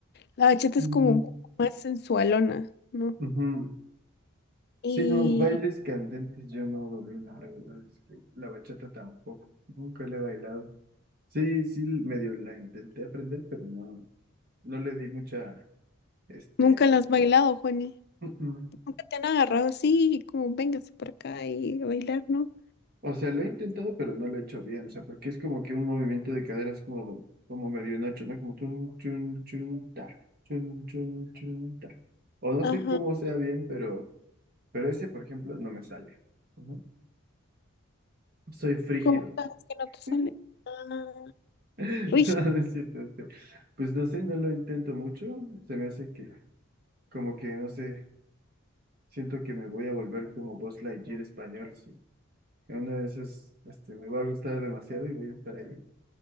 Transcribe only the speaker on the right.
Mm,
ujú.
Si no, bailes candentes yo no domino, la verdad es que la bachata tampoco. Nunca la he bailado. Sí, sí, medio la intenté aprender, pero no, no le di mucha, este,
<clears throat>
O sea, lo he intentado, pero no lo he hecho bien. O sea, porque es como que un movimiento de caderas como, como medio en noche, ¿no? Como chun, chun, chun, ta, chun, chun, chun, ta. O no
sé cómo sea bien, pero, pero ese, por ejemplo, no me sale. Ujú. Soy frígido.
<laughs>
No,
no es cierto. este, Pues no sé, no lo intento mucho. Se me hace que, como que, no sé, siento que me voy a volver como Buzz Lightyear español. Sí. En una de esas, este, me va a gustar demasiado y voy a estar ahí.